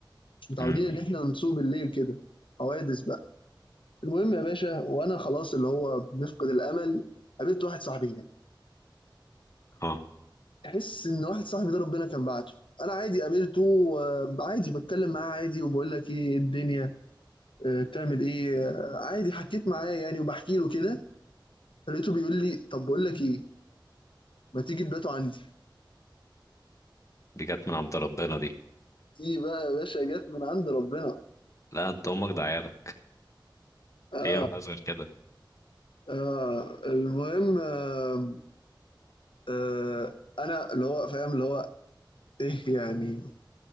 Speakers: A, on the left; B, on the left.
A: مش متعودين
B: امم
A: ان احنا نسوق بالليل كده حوادث بقى المهم يا باشا وانا خلاص اللي هو بنفقد الامل قابلت واحد صاحبي هناك
B: اه
A: تحس ان واحد صاحبي ده ربنا كان بعته انا عادي قابلته آه، عادي بتكلم معاه عادي وبقول لك ايه الدنيا آه، بتعمل ايه آه، عادي حكيت معاه يعني وبحكي له كده فلقيته بيقول لي طب بقول لك ايه ما تيجي تباتوا عندي
B: دي جت من عند ربنا دي
A: دي بقى يا باشا جت من عند ربنا
B: لا انت امك ده عيالك
A: اه
B: هي ما فيهاش غير كده
A: اه المهم آه آه انا اللي هو فاهم اللي هو ايه يعني